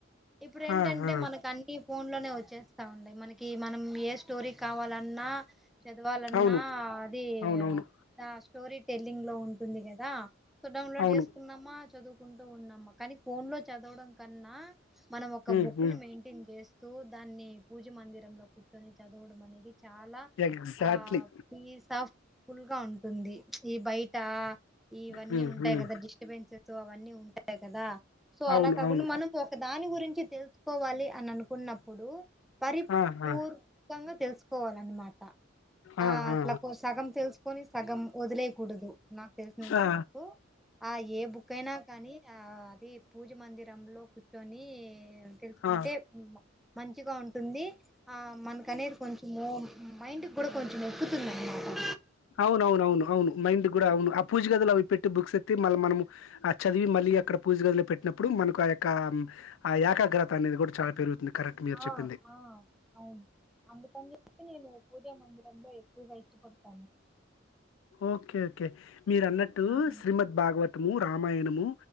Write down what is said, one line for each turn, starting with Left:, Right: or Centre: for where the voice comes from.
Centre: ఇప్పుడు ఏంటంటే
Left: ఆ! ఆ!
Centre: మనకు అన్ని ఫోన్ లోనే వచ్ చేస్తా ఉండయ్ మనకి మనం ఏ స్టోరీ కావాలన్నా చదవాలన్నా
Left: అవును.
Centre: అది
Left: అవునవును.
Centre: ఆ స్టోరీ టెల్లింగ్ లో ఉంటుంది కదా సో డౌన్లోడ్
Left: అవును.
Centre: చేసుకున్నామా చదువుకుంటూన్నామా కానీ ఫోన్ లో చదవడం కన్నా మనం ఒక
Left: హ్మ్.
Centre: బుక్
Left: హ్మ్.
Centre: ని మెయింటైన్ చేస్తూ దాన్ని పూజ మందిరంలో కూర్చొని చదవడం అనేది చాలా
Left: ఎగ్జాక్ట్‌లీ.
Centre: ఆ పీస్ అఫ్ ఫుల్ గా ఉంటుంది ఈ బయట ఇవన్నీ
Left: హ్మ్.
Centre: ఉంటాయి
Left: హ్మ్.
Centre: గదా డిస్టబెన్స్ సో అవన్నీ ఉంటాయి కదా సో
Left: అవును.
Centre: అలా కాకుండా
Left: అవును.
Centre: మనం ఒక దాని గురించి తెలుసుకోవాలి అన్ని అనుకున్నప్పుడు పరిపూర్వంగా
Left: ఆ! ఆ!
Centre: తెలుసుకోవాలన్నమాట
Left: ఆ!
Centre: అ అట్లాలకు
Left: ఆ!
Centre: సగం తెలుసు కొని సగం వదిలేయకూడదు నాకు తెలిసినంత
Left: ఆ! ఆ!
Centre: వరకు ఆ ఏ బుక్ అయినా కానీ ఆ అది పూజమందిరంలో కూర్చుని తెలుసుకుంటే
Left: ఆ!
Centre: మంచిగా ఉంటుంది ఆ మనక అనేది కొంచూము మైండ్ కి కూడా కొంచెం ఎక్కుతుందన్నమాట
Left: అవునఅవును అవును అవును మైండ్ గూడా అవును ఆ పూజ గదులు అవి పెట్టి బుక్స్ ఎత్తే మళ్ళీ మనం ఆ చదివి మళ్ళీ అక్కడ పూజ గదిలో పెట్టినప్పుడు మనకు ఆ యొక్క ఆ యాకాగ్రత అనేది కూడా చాలా పెరుగుతుంది కరెక్ట్ మీరు చెప్పింది
Centre: ఆ ఆ అవును అందకని చెప్పి నేను పూజమందిర్ డంలో ఎక్కువ కష్టపడతాము
Left: ఓకే ఓకే మీరు అన్నట్టు
Centre: ఉమ్,
Left: శ్రీమద్ భాగవతము రామాయణము